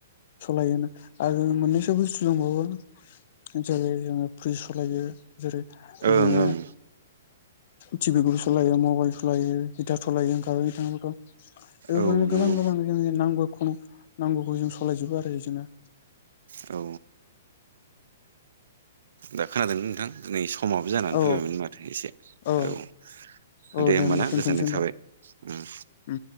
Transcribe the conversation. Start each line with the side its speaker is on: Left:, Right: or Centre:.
Left: सलायोना। आरो मोननैसो बुस्थु दंबावो जेरै जोङो प्रिश सलायो। जेरै
Right: ओं
Left: जोङो टि भिखौबो सलायो मबाइल सलायो हिटार सलायो होनखाबाय बिथांफोरखौ बेफोरनो
Right: औ नंगौ
Left: गोबां गोबां जोंनि नांगौ खुनु नांगौखौ जों सलायजोबो आरो एजोंनो।
Right: औ। दा खोनादोंना नोंथां नै समाबो जानानै
Left: औ
Right: फैबायमोन माथो एसे
Left: औ
Right: औ।
Left: औ
Right: दे होमबाना
Left: होमबा दोनथ'नोसै
Right: गोजोननाय
Left: होमबा
Right: थाबाय उम।
Left: उम